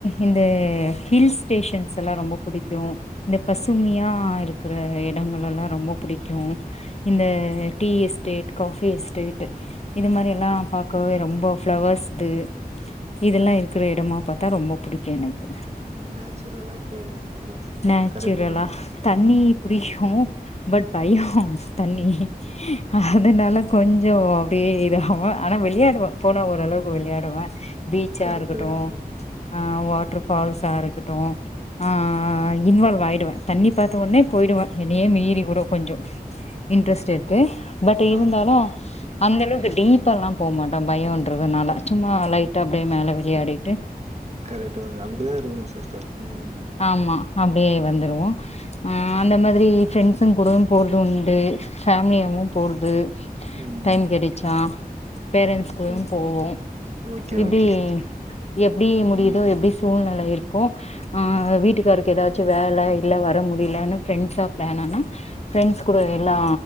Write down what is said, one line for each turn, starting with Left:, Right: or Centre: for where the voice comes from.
Left: இந்தே ஹில்ஸ் ஸ்டேஷன்ஸ் எல்லா ரொம்ப புடிக்கு இந்த பசுமையா
Right: ஆ
Left: இருக்கற இடங்கள் எல்லா ரொம்ப பிடிக்கு இந்த
Right: okay sister
Left: tea estate coffee estate இந்த மாரி
Right: ம்
Left: எல்லா பா க்கவே ரொம்ப ஃப்ளவர்ஸ்து இதெல்லா இருக்கறே எடமா பாத்தா ரொம்ப பிடிக்கு எனக்கு
Right: நேச்சுரலா கேக்குறீங்க அதுதா சிஸ்டர்
Left: நேச்சுரல்லா
Right: கரெக்ட் தா
Left: தண்ணி
Right: ஆ
Left: புடிக்கு பட் பையோ தண்ணி அதனாலே கொஞ்சோ அப்டியே இதாகு ஆனா விளையாடுவே போன ஓரளவுக்கு வெளையாடுவே பீச்சா
Right: கரெக்ட்
Left: இருக்கட்டு
Right: தா சிஸ்
Left: ஆ வாட்டர் ஃபால்ஸா இருக்கட்டு ஆ இன்வால்வ் ஆயிடுவே தண்ணி பாத்த உடனே போயிடுவே என்னேயே மீறி கூடோ கொஞ்சோ இன்ட்ரெஸ்ட் எடுத்து பட் இருந்தாலு
Right: ஆ சிஸ்
Left: அந்த அளவுக்கு டீப்பாலா போமாட்டே பயோன்றதுனால சும்மா லைட்டா அப்டியே மேல விளையாடி
Right: கரெக்டடு அப்டிதா இருக்கனு சிஸ்டர் ம்
Left: ஆமா அப்டியே வந்துருவோ ஆ அந்த மாரி ஃப்ரெண்ட்ஸுங்க கூட போறது உண்டு ஃபேமிலியாவு போறது
Right: ம்
Left: டைம் கிடைச்சா பேரண்ட்ஸ் கூடையு
Right: ஓ
Left: போவோ
Right: ஓகே
Left: இப்டி
Right: ஓகே சிஸ்டர்
Left: எப்டி முடியுதோ எப்டி சூழ்நெல இருக்கோ ஆ வீட்டுக்காருக்கு ஏதாச்சு வேல இல்ல வர முடியலன்னு ஃப்ரெண்ட்ஸா பிளான் ஆனா ஃப்ரெண்ட்ஸ் கூட எல்லா